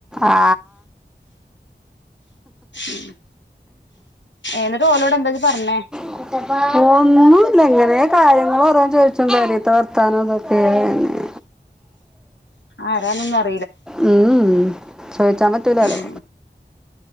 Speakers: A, in the centre; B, on the left (about 80°).
A: ആ
B: ഉം എന്നിട്ട് ഓലോട് എന്താ ഇജ്ജ് പറഞ്ഞേ
A: കുട്ടപ്പാ ഒന്നൂല്ല ഇങ്ങനെ കാര്യങ്ങൾ ഓരോന്ന് ചോദിച്ചും പെരേത്തെ വർത്താനം അതൊക്കെ തന്നെ
B: ആരാണെന്ന് പർ
A: ഉം ഉം ചോയിച്ചാൻ പറ്റൂലാലോ
B: ഉം